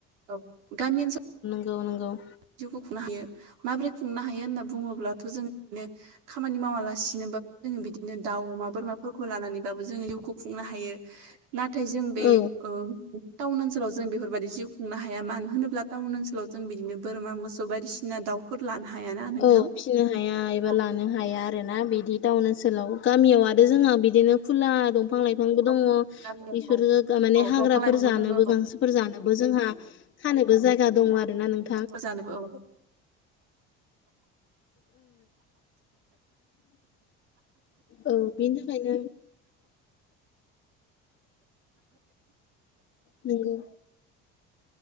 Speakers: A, on the right; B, on the left.
A: औ गामि ओनस
B: गावनो गाव
A: जिउखौ खुंनो हायो माबोरै खुंनो हायो होनना बुङोब्लाथ' जोङो बिनो खामानि मावालासिनोबाबो जोङो बिदिनो दाउ अमा बोरमाफोरखौ लानानैबाबो जोङो जिउखौ खुंनो हायो
B: <inaudible>
A: नाथाय जों बे
B: औ
A: टाउन ओनसोलाव जों बेफोरबायाददि जिउ खुंनो हाया मानो होनोब्ला टाउन ओनसोलाव जों बिदिनो बोरमा मोसौ बायदिसिना दाउफोर लानो हायाना नोंथां
B: औ फिनो हाया एबा
A: औ
B: लानो हाया आरोना बिदि टाउन ओनसोलाव गामियाव आरो जोंहा बिदिनो खुला दंफां लाइफांबो
A: औ
B: दङ
A: गामियाव
B: बिसोर
A: औ
B: माने
A: औ
B: हाग्राफोर
A: दंफां लाइफांबो
B: जानोबो
A: दङ औ
B: गांसो फोर जानोबो जोंहा खानोबो जायगा दङ आरोना नों
A: अ जानोबो औ
B: औ बेनि थाखायनो नोंगौ